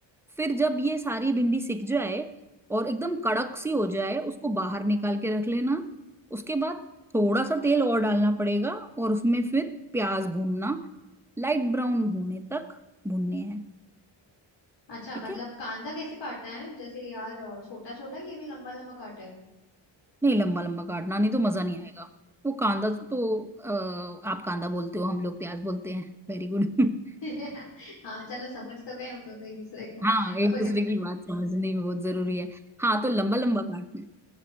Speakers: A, in the centre; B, on the left.
A: फिर जब ये सारी भिंडी सिक जाए और एकदम कड़क सी हो जाए उसको बाहर निकाल के रख लेना उसके बाद थोड़ा सा तेल और डालना पड़ेगा और उसमें फिर प्याज भूनना लाइट ब्राउन होने तक भूनने हैं
B: अच्छा
A: ठीक
B: मतलब
A: है
B: कांदा कैसे काटना है जैसे यार छोटा छोटा कि ये भी लंबा लंबा काटे
A: नहीं लंबा लंबा काटना नहीं तो मजा नहीं आएगा वो कांदा तो अ, आप कांदा बोलते हो हम लोग प्याज बोलते हैं Very good <laughs>
B: <laughs> हाँ चलो समझ तो गए हम दोनों एक दूसरे को
A: हाँ
B: <laughs>
A: एक
B: कोई
A: दूसरे
B: बात
A: की बात समझने में बहुत जरूरी है हाँ तो लंबा लंबा काटना है